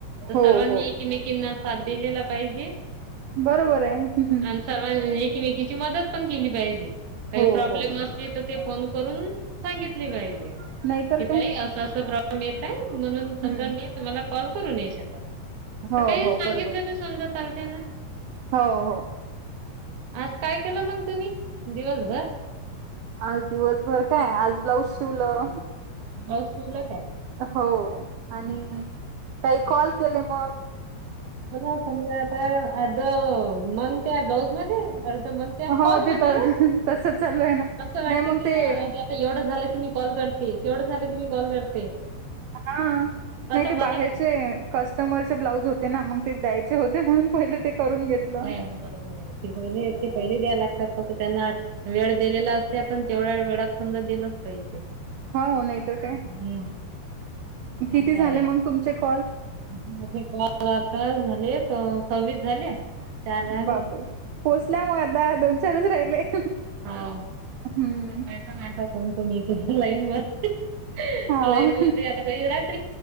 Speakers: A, on the right; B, on the right.
A: तर
B: हो
A: सर्वांनी
B: हो
A: एकीमेकींना दिलेला पाहिजे
B: बरोबर आहे
A: आणि सर्वां <unintelligible> एकीमेकीची मदत पण केली पाहिजे. काही
B: हो
A: प्रब्लेम
B: हो
A: असतील तर ते फोन करून सांगितले पाहिजे.
B: नाहीतर
A: की ताई
B: काय
A: अस अस प्रॉब्लेम येत हाय. म्हणून समजा
B: हम्म.
A: मी तुम्हाला कॉल करून नाही शकत अस
B: हो
A: काही
B: हो
A: सांगितल
B: बरोबर
A: तर समज चालतयं ना.
B: हो, हो.
A: आज काय केलं मग तुम्ही दिवसभर?
B: आज दिवसभर काय आज ब्लाऊज शिवलं.
A: ब्लाऊज शिवलं काय?
B: हो आणि काही कॉल केले. <unintelligible>
A: बला समजा आता अध मन त्या ब्लाऊज मध्ये अर्थ मन त्या
B: हो
A: कॉल
B: ते
A: मध्ये
B: तर तसच चालू आहे ना
A: असं वाटते
B: नाही मग
A: की
B: ते
A: आता एवढं झालं- - मी कॉल करते. तेवढं झालं की मी कॉल करते.
B: हा. नाही
A: असं
B: ते
A: मनात
B: बाहेरचे कस्टमरचे ब्लाउज होते ना मग. ते द्यायचे होते म्हणून पहिले ते करून घेतलं.
A: बरोबर आहे ते पहि ते पहिले द्या लागतात तस त्यांना वेळ दिलेला असते पण तेवढ्या वेळात समजा दिलंच पाहिजे.
B: हो. नाहीतर काय
A: हम्म, चांगलं
B: किती झाले
A: आहे ना.
B: मग तुमचे कॉल?
A: माझे काल आता झाले त सव्वीस झाले. चार राहिले.
B: बापरे. <unintelligible> मग आता दोन चारच राहिले.
A: हा
B: हम्म.
A: आता काय प ना आता कोण कोणी इथे लाईन म --
B: हा.
A: लाइन मध्ये आता का येऊरात